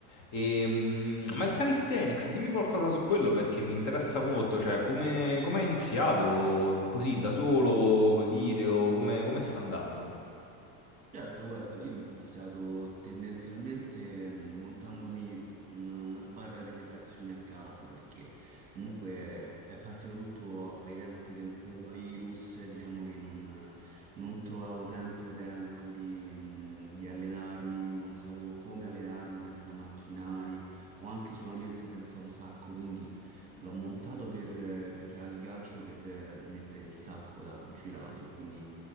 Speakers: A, on the left; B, on the right.
A: Ehm, ma il calisthenics, dimmi qualcosa su quello perché mi interessa molto, cioè come, come hai iniziato così da solo, con i video, come come sta andando?
B: Certo, guarda, io ho iniziato tendenzialmente mh, montandomi un- una sbarra per le trazioni a casa, perché comunque è partito tutto ai tempi del coronavirus, e diciamo che non, non trovavo sempre tempo di, mh, di allenarmi, non sapevo come allenarmi senza macchinari o anche solamente senza un sacco, quindi l'ho montato per, perché ha il gancio per eh, mettere il sacco da pugilato e quindi